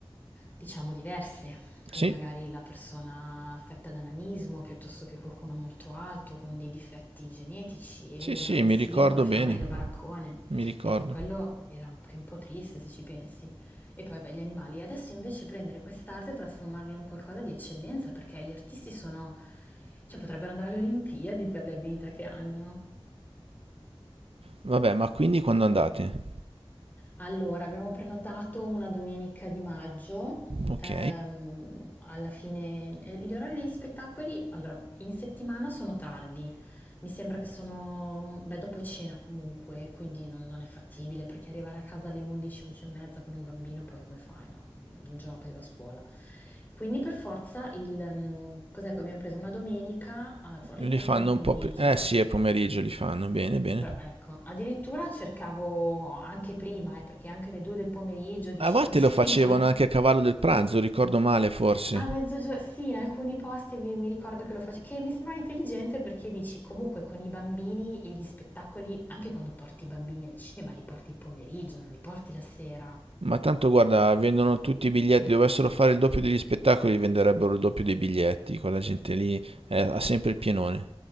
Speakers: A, on the left; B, on the right.
A: diciamo diverse.
B: Sì,
A: Quindi magari la persona affetta da nanismo piuttosto che qualcuno molto alto con dei difetti genetici e
B: sì,
A: venivano
B: sì,
A: messi
B: mi ricordo
A: lì come fenomeni
B: bene,
A: da baraccone.
B: mi ricordo.
A: Ecco, quello era anche un po' triste se ci pensi. E poi beh, gli animali. Adesso invece prendere quest'arte e trasformarla in un qualcosa di eccellenza perché gli artisti sono... cioè potrebbero andare alle Olimpiadi per le abilità che hanno.
B: Vabbè, ma quindi quando andate?
A: Allora, abbiamo prenotato una domenica di maggio,
B: Ok.
A: ehm, alla fine eh, gli orari degli spettacoli, allora, in settimana sono tardi, mi sembra che sono, beh, dopo cena comunque, quindi non, non è fattibile perché arrivare a casa alle 11, 11 e mezza con un bambino, poi come fai, no? Un giorno dopo si va a scuola. Quindi per forza il, ehm, cos'è che abbiamo preso? Una domenica ah, alle
B: Li
A: 4
B: fanno
A: del pomeriggio.
B: un po' pri- Eh sì, è pomeriggio li fanno, bene, bene.
A: Bra ecco, addirittura cercavo anche prima, eh, perché anche le 2 del pomeriggio dici
B: A volte
A: così,
B: lo facevano
A: <laughs> poi
B: anche a cavallo del pranzo, ricordo male forse.
A: a mezzogio sì, in alcuni posti mi, mi ricordo che lo facevo, che mi sembrava intelligente perché dici comunque con i bambini e gli spettacoli, anche quando porti i bambini al cinema, li porti il pomeriggio, non li porti la sera.
B: Ma tanto guarda, vendono tutti i biglietti, dovessero fare il doppio degli spettacoli, venderebbero il doppio dei biglietti, quella gente lì eh, ha sempre il pienone.